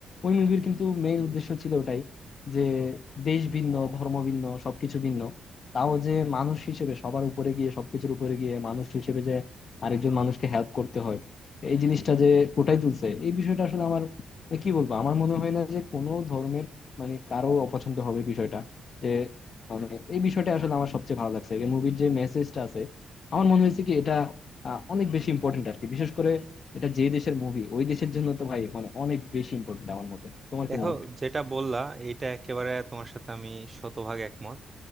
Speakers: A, on the left; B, on the right.
A: ওই মুভির কিন্তু মেইন উদ্দেশ্য ছিল ওটাই যে দেশ ভিন্ন ধর্ম ভিন্ন সবকিছু ভিন্ন তাও যে মানুষ হিসেবে সবার উপরে গিয়ে সবকিছুর উপরে গিয়ে মানুষ হিসেবে যে আরেকজন মানুষকে হেল্প করতে হয় এই জিনিসটা যে ফুটাই তুলছে এই বিষয়টা আসলে আমার মানে কি বলবো আমার মনে হয় না যে কোনো ধর্মের মানে কারো অপছন্দ হবে বিষয়টা যে মানে এই বিষয়টা আসলে আমার সবচেয়ে ভালো লাগছে মুভির যে মেসেজটা আছে আমার মনে হয়েছে কি এটা আহ, অনেক বেশি ইম্পর্টেন্ট আর কি বিশেষ করে এটা যে দেশের মুভি ওই দেশের জন্য তো ভাই মানে অনেক বেশি ইম্পর্টেন্ট আমার মতে তোমার
B: দেখো
A: কি মনে হয়
B: যেটা বললা এটা একেবারে তোমার সাথে আমি শতভাগ একমত